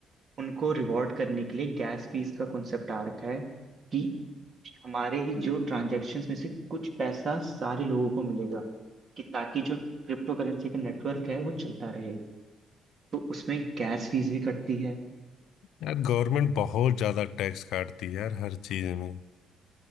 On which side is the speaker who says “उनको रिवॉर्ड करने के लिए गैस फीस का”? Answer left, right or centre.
Right